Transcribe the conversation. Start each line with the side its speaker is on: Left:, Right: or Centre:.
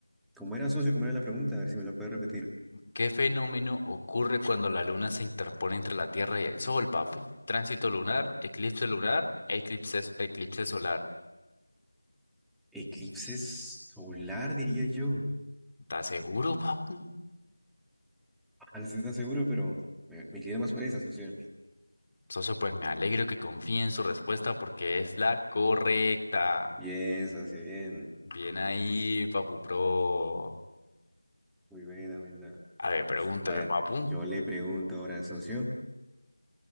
Centre: ¿Cómo era, socio? ¿Cómo era la pregunta? A ver si me la puede repetir.
Left: ¿Qué fenómeno ocurre cuando la luna se interpone entre la Tierra y el Sol, papu? Tránsito lunar, eclipse lunar, eclipse, eclipse solar.
Centre: Eclipse solar, diría yo.
Left: ¿Estás seguro, papu?
Centre: Ah, no estoy tan seguro, pero me, me inclino más por esa, socio.
Left: Socio, pues me alegro que confíe en su respuesta porque es la correcta.
Centre: Bien, socio, bien.
Left: Bien ahí, papu pro.
Centre: Muy buena, muy buena.
Left: A ver, pregúnteme,
Centre: A ver,
Left: papu.
Centre: yo le pregunto ahora, socio,